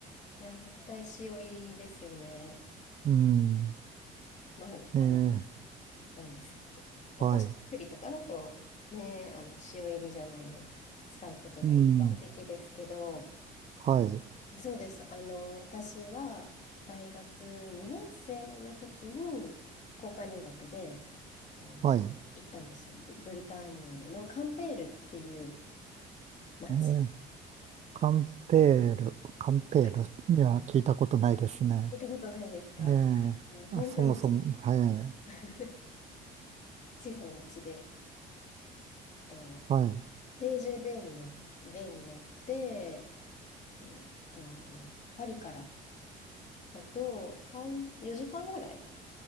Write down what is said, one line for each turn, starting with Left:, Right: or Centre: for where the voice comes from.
Left: いや、絶対塩入りですよね。
Right: うん、
Left: まあ、
Right: ええ、
Left: あの、なんですっけ。お菓子作りとかだと、
Right: はい、
Left: ね、あの、塩入りじゃないの使うことが一般的ですけど、
Right: うん、はい、
Left: そうです。あの、私は大学2年生の時に交換留学で、あの、
Right: はい。
Left: 行ったんですよ。ブ、ブルターニュのカンペールっていう町。
Right: ええカンペール、カンペールには聞いたことないですね。
Left: はい。聞いたことないですかあの、
Right: ええ、
Left: 本当に小さな
Right: あそもそも、はい、
Left: <laughs> 小さな町で、えっと、
Right: はい。
Left: TJ ベイに乗っ、ベイに乗って、えっと、パリからだと3、4時間ぐらい